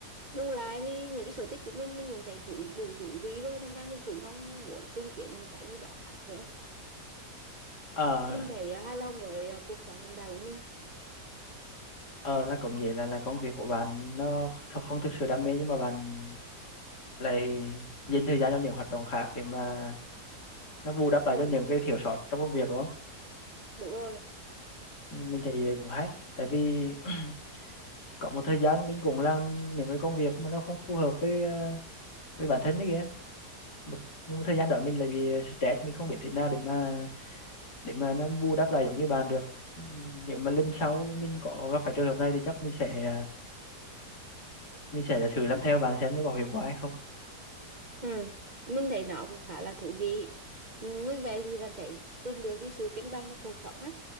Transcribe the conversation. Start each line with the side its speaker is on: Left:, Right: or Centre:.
Right: bù lại thì những cái sở thích của mình mình cũng thấy thú đủ thú vị rồi thành ra mình cũng không muốn tìm kiếm một cái gì đó khác nữa
Left: Ờ,
Right: mình thấy ờ, hài lòng với ờ, cuộc sống hiện tại của mình
Left: ờ là có nghĩa là là công việc của bạn nó th- không thực sự đam mê nhưng mà bạn lại dành thời gian cho những hoạt động khác để mà nó bù đắp
Right: ừ
Left: lại cho những cái thiếu sót trong công việc đúng không?
Right: đúng rồi
Left: Ừ, Mình thấy đấy cũng hay tại vì <clears throat> có một thời gian mình cũng làm những cái công việc mà nó không phù hợp với ờ, với bản thân đấy kìa một nhưng mà thời gian đó mình lại bị stress mình không biết thế nào để mà để mà nó bù đắp lại giống như bạn được nếu mà lần sau mình có gặp phải trường hợp này thì chắc mình sẽ mình sẽ là thử làm theo bạn xem nó có hiệu quả hay không
Right: Ừ, mình thấy nó cũng khá là thú vị. Ừ, Như vậy thì bạn thấy tìm được cái sự cân bằng trong cuộc sống á,